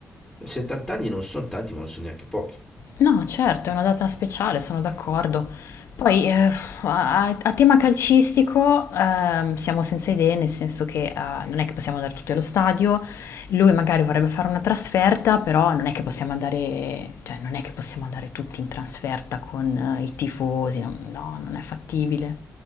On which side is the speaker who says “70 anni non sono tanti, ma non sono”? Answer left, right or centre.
Centre